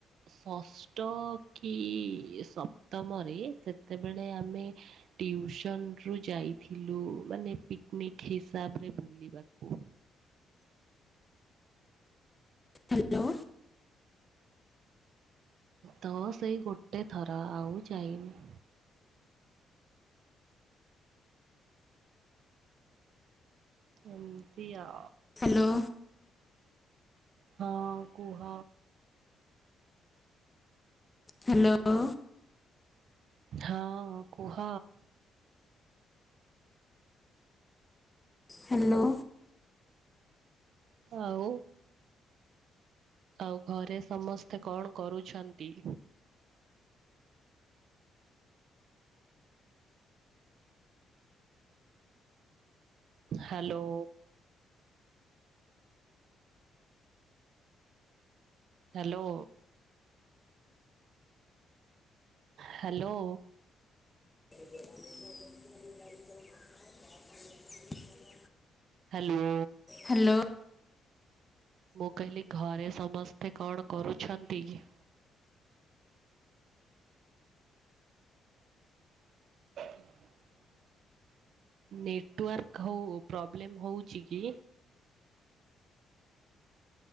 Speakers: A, on the right; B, on the left.
A: ଷଷ୍ଠ କି ସପ୍ତମରେ ସେତେବେଳେ ଆମେ ଟିୁସନ ରୁ ଯାଇଥିଲୁ ମାନେ ପିକନିକ ହିସାବରେ ବୁଲିବାକୁ।
B: ହ୍ୟାଲୋ
A: ତ ସେଇ ଗୋଟେ ଥର ଆଉ ଯାଇନି। ଏମିନ୍ତିଆ।
B: ହ୍ୟାଲୋ
A: ହଁ କୁହ।
B: ହ୍ୟାଲୋ
A: ହଁ କୁହ
B: ହ୍ୟାଲୋ
A: ଆଉ। ଆଉ ଘରେ ସମସ୍ତେ କଣ କରୁଛନ୍ତି? Hello hello hello
B: <inaudible> <inaudible>
A: hello
B: hello
A: ମୁଁ କହିଲି ଘରେ ସମସ୍ତେ କଣ କରୁଛନ୍ତି କି? <unintelligible> ନେଟୱାର୍କ ହଉ ପ୍ରୋବ୍ଲେମ୍ ହଉଛି କି?